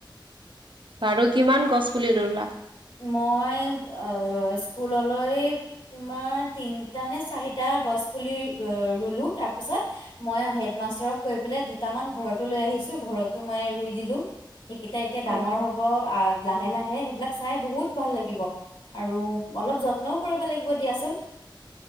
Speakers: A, on the right (about 70°); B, on the left (about 70°).
A: বাৰু কিমান গছ পুলি ল'লা?
B: মই স্কুললৈ তোমাৰ তিনটা নে চাৰিটা গছ পুলি ৰুলো তাৰ পিছত মই হেডমাষ্টাৰক কৈ পেলাই দুটামান ঘৰতো লৈ আহিছো ঘৰতো মই ৰুই দিলো। সেইকেইটা এতিয়া ডাঙৰ
A: অ
B: হ'ব আহ', লাহে - লাহে সেইবিলাক চাই বহুত ভাল লাগিব। আৰু অলপ যত্নও কৰিব লাগিব দিয়াচোন।